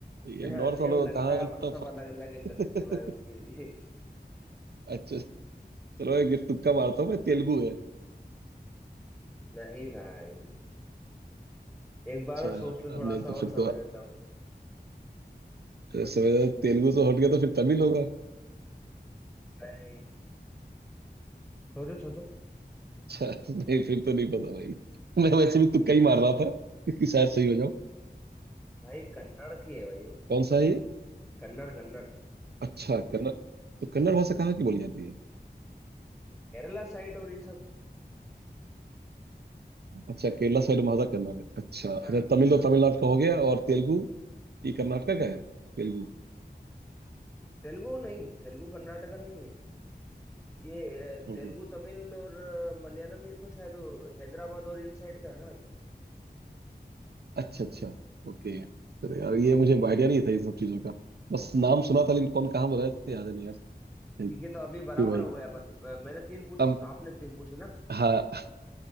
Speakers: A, on the right (about 70°); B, in the centre.
A: ये
B: हाँ
A: नॉर्थ
B: नहीं
A: वालों
B: वो लगता
A: का कहाँ
B: है
A: इतना
B: पर सब अलग अलग इंडस्ट्री
A: फर्क
B: भाई
A: है।
B: उनकी भी <laughs>
A: <laughs> अच्छा चलो
B: हम्म,
A: एक तुक्का मारता हूँ मैं तेलुगु है
B: नहीं भाई एक बार
A: अच्छा
B: और सोच लो थोड़ा
A: नहीं तो
B: सा और
A: फिर
B: समय
A: तो
B: देता हूँ
A: समझा तेलुगु से हट गया तो फिर तमिल होगा
B: नहीं सोचो सोचो
A: अच्छा <laughs> नहीं फिर तो नहीं पता भाई मैं वैसे भी तुक्का ही मार रहा था कि शायद सही हो जाऊं
B: भाई कन्नड़ की है भाई वो
A: कौन सा है ये
B: कन्नड़ कन्नड़
A: अच्छा कन्नड़ तो कन्नड़ भाषा कहाँ की बोली जाती है
B: केरला साइड और ये सब
A: अच्छा केरला साइड भाषा कन्नड़ है अच्छा अच्छा
B: हाँ
A: तमिल
B: हाँ
A: तो तमिलनाडु का हो गया और तेलुगु ये कर्नाटका का है तेलुगु
B: तेलुगु नहीं तेलुगु कर्नाटका नहीं है ये अ,
A: हम्म
B: तेलुगु तमिल और अ, मलयालम ये तो शायद वो हैदराबाद और इन साइड का है ना भाई
A: अच्छा अच्छा ओके तो यार
B: हाँ
A: ये मुझे आइडिया नहीं था इन सब चीजों का बस
B: हाँ
A: नाम सुना था लेकिन कौन कहाँ बोला है तो याद है नहीं यार थैंक
B: ठीक है तो अभी बराबर
A: यू भाई
B: हो गए अपन अ, मैंने तीन पूछे
A: अब
B: आपने तीन पूछे ना
A: हाँ